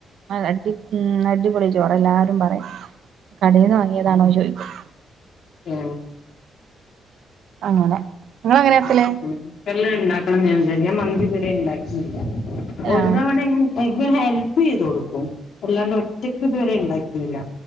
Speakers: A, on the right; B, on the left.
A: അതെ അടി ഉം അടിപൊളി ചോറ് എല്ലാരും പറയും കടേന്ന് വാങ്ങിയതാണോ ചോയിക്കും
B: ഏഹ്
A: അങ്ങനെ നിങ്ങള് അങ്ങനെ
B: ണ്ടാക്കിയോക്കണം
A: ആക്കല്
B: കുക്കറിൽ ഇ ണ്ടാക്കണന്ന് ഞാൻ വിചാരിക്കും ഞാൻ മന്തി ഇതുവരെ ഇണ്ടാക്കിയില്ല ഒരു
A: ആഹ്
B: തവണെ <unintelligible> ഹെൽപ്പെയ്ത് കൊടുക്കും അല്ലാണ്ട് ഒറ്റക്ക് ഇതുവരെ ഇണ്ടാക്കിയില്ല